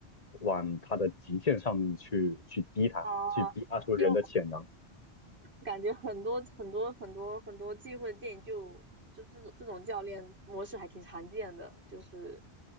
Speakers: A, on the left; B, on the right.
A: 往他的极限上面去去逼他，
B: 啊，
A: 去逼他出人的潜能。
B: 就感觉很多很多很多很多忌讳的电影就就这种这种教练模式还挺常见的，就是